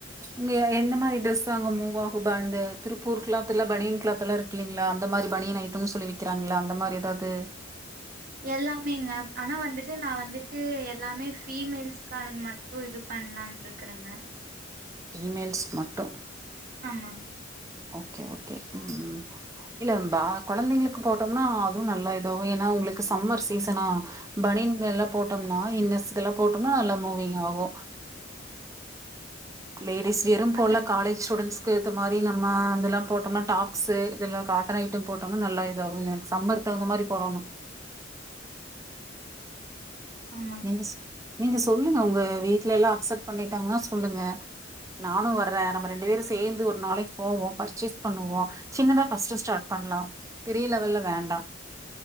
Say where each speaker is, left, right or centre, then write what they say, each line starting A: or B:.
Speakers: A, on the right; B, on the right.
A: உங்க எந்த மாரி டிரெஸ் அங்க மூவ் ஆகுபா இந்த திருப்பூர் கிளாத்ல பனியன் கிளாத்லா இருக் இல்லைங்ளா அந்த மாரி பணியன் ஐட்டம் சொல்லிவிக்கிறாங்கள அந்த மாரி எதாவது
B: எல்லாமேங்க ஆனா வந்துட்டு நா வந்துட்டு எல்லாமே ஃபீமேல்ஸ்க்கானது மட்டு இது பண்லான் இருக்றேங்க
A: பீமெல்ஸ்க்கு மட்டூ
B: ஆமாங்க.
A: ஓகே ஓகே உம் இல்ல கொழந்தைங்களுக்கு போட்டோம்னா அதுவு நல்லா இதாகு ஏன்னா உங்களுக்கு சம்மர் சீசனா பனியன் எல்லா போட்டோம்னா இன்னெஸ் எல்லா போட்டோம்னா நல்லா மூவிங் ஆகு லேடிஸ் வியரும் போல
B: அதான்
A: காலேஜ் ஸ்டூடன்ஸ் ஏத்த மாரி நம்ம அதெல்லா போட்டோமுனா டாப்ஸு இதெல்லா காட்டன் ஐட்ட போட்டோம்னா நல்லா இதாகு சம்பர் தகுந்த மாரி போடனு
B: ஆமாங்க.
A: நீங்க நீங்க சொல்லுங்க உங்க வீட்ல எல்லா அக்செப்ட் பண்ணிட்டாங்கன்னா சொல்லுங்க நானு வர்றே நம்ம ரெண்டு பேரு சேந்து ஒரு நாளைக்கு போவோ பர்ச்சேஸ் பண்ணுவோ சின்னதா ஃபஸ்ட் ஸ்டார்ட் பண்லா பெரிய லெவல்ல வேண்டா